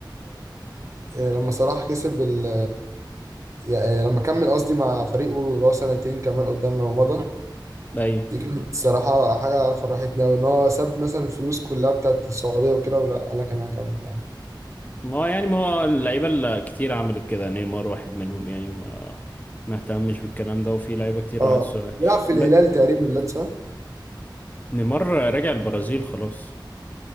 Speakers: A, on the right; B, on the left.
A: آه، لما صلاح كسب ال... يعني لما كمل قصدي مع فريقه اللي هو سنتين كمان قدامنا ومضى
B: اي
A: دي كانت صراحة حاجة فرحتني أوي إن هو ساب مثلا الفلوس كلها بتاعت السعودية وكده ولا قال لك أنا هكمل عادي
B: ما هو يعني ما هو اللعيبه اللي كتير عملت كده نيمار واحد منهم يعني ما ما اهتمش بالكلام ده وفي لعيبه كتير
A: اه
B: راحت السعودية.
A: بيلعب في
B: ب...
A: الهلال تقريبا لا صح؟
B: نيمار رجع البرازيل خلاص